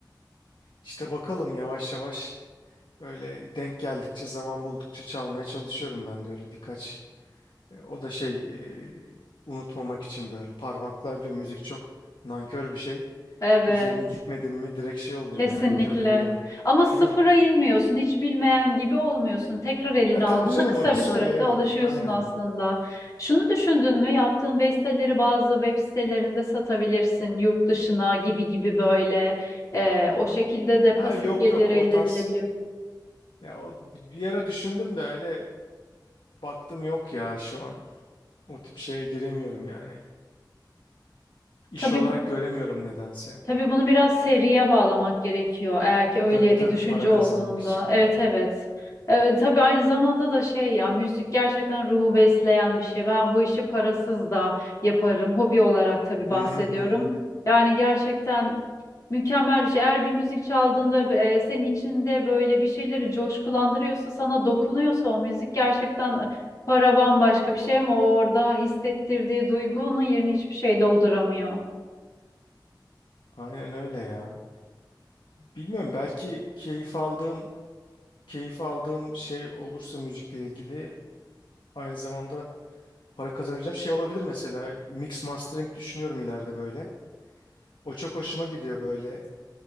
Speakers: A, on the left; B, on the left.
A: İşte bakalım yavaş yavaş öyle denk geldikçe zaman buldukça çalmaya çalışıyorum ben de öyle birkaç E, O da şey e, unutmamak için böyle parmaklar bile müzik çok nankör bir şey.
B: Evet.
A: Üzerine gitmedim mi direkt şey oluyor
B: Kesinlikle.
A: yani köreliyor.
B: Ama sıfıra
A: Değil mi?
B: inmiyorsun, hiç bilmeyen gibi olmuyorsun. Tekrar elini
A: Ha, tabii
B: aldığında
A: canım
B: kısa
A: orası
B: bir sürede
A: öyle evet.
B: alışıyorsun
A: Aynen.
B: aslında. Şunu düşündün mü? Yaptığın besteleri bazı web sitelerinde satabilirsin, yurt dışına gibi gibi böyle. Ee, o şekilde de pasif
A: Ha yok
B: gelir
A: yok
B: elde
A: o tarz.
B: edilebiliyor.
A: Ya o bir ara düşündüm de öyle baktım yok ya şu an. O tip şeye giremiyorum yani. İş
B: Tabii
A: olarak göremiyorum nedense.
B: Tabii bunu biraz seriye bağlamak gerekiyor eğer ki öyle
A: Tabii tabii
B: bir düşünce
A: para kazanmak
B: olduğunda.
A: için.
B: Evet evet. Evet, tabii aynı zamanda da şey ya müzik gerçekten ruhu besleyen bir şey. Ben bu işi parasız da yaparım. Hobi olarak tabii bahsediyorum.
A: Hı hı hı. hı.
B: Yani gerçekten mükemmel bir şey. Eğer bir müzik çaldığında e, senin içinde böyle bir şeyleri coşkulandırıyorsa, sana dokunuyorsa o müzik gerçekten e, para bambaşka bir şey ama orada hissettirdiği duygunun yerini hiçbir şey dolduramıyor.
A: Aynen öyle ya. Bilmiyorum belki keyif aldığım keyif aldığım şey olursa müzikle ilgili aynı zamanda para kazanabileceğim şey olabilir mesela mix mastering düşünüyorum ileride böyle. O çok hoşuma gidiyor böyle